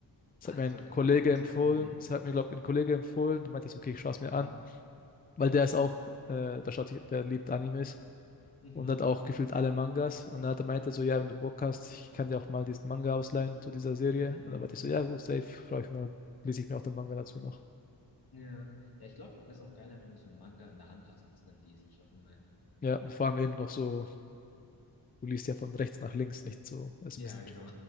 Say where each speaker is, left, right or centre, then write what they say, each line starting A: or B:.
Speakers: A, on the left; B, on the left.
A: Das
B: Ach,
A: hat mir
B: das
A: ein
B: war dein
A: Kollege
B: allererster
A: empfohlen,
B: Anime.
A: das hat mir glaube ein Kollege empfohlen, der meinte, so, okay, ich schaue es
B: Mhm.
A: mir an. Weil der ist auch, äh, der schaut, sich- der liebt Animes
B: Mhm.
A: und hat auch gefühlt alle Mangas. Und dann hat er meinte so, ja, wenn du Bock hast, ich kann dir auch mal diesen Manga ausleihen zu dieser Serie.
B: Mhm.
A: Und dann meinte ich so, ja, gut, safe, freue ich mich, dann lese ich mir auch den Manga dazu noch.
B: Ja. Ja, ich glaube, das ist auch geiler, wenn du so einen Manga in der Hand hast und das dann liest, anstatt online.
A: Ja, und vor allem eben noch so, du liest ja von rechts nach links, nicht so, also
B: Ja,
A: ein bisschen,
B: genau.